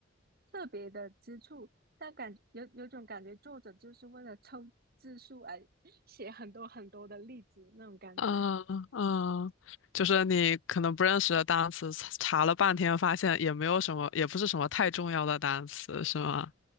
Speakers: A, on the right (about 55°); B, on the left (about 75°).
A: 特别的之处。但感有有种感觉，作者就是为了凑字数而 <laughs> 写很多很多的例子那种感觉。
B: 嗯嗯，嗯就是你可能不认识的单词，查了半天发现也没有什么，也不是什么太重要的单词，是吗？